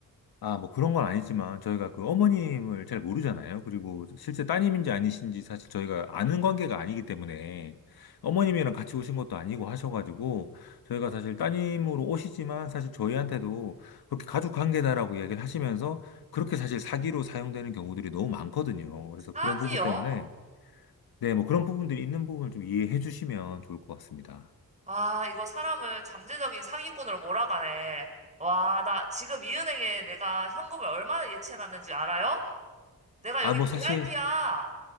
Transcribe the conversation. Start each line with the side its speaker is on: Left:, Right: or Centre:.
Left: 아, 뭐 그런 건 아니지만 저희가 그 어머님을 잘 모르잖아요. 그리고 실제 따님인지 아니신지 사실 저희가 아는 관계가 아니기 때문에 어머님이랑 같이 오신 것도 아니고 하셔가지고 저희가 사실 따님으로 오시지만 사실 저희한테도 그렇게 가족 관계다라고 얘기를 하시면서 그렇게 사실 사기로 사용되는 경우들이 너무 많거든요. 그래서
Right: 사기요?
Left: 그런 부분 때문에 네, 뭐 그런 부분들이 있는 부분을 좀 이해해 주시면 좋을 것 같습니다.
Right: 아, 이거 사람을 잠재적인 사기꾼으로 몰아가네. 와, 나 지금 이 은행에 내가 현금을 얼마나 예치해놨는지 알아요? 내가
Left: 아,
Right: 여기
Left: 뭐
Right: VIP야.
Left: 사실